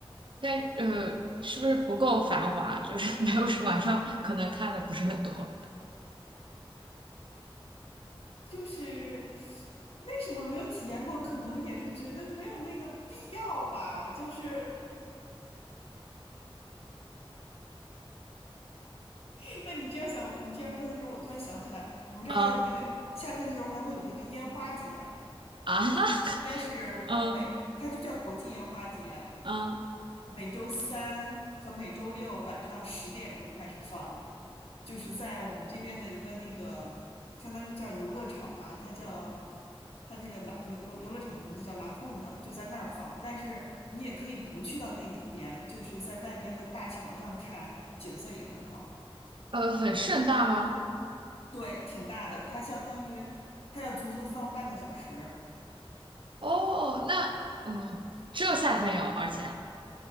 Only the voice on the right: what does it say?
但呃，是不是不够繁华？就是没有晚上可能看的不是很多。
嗯啊，
<laughs> 嗯
嗯
呃，很盛大吗？
哦，那嗯，只有夏天有，而且。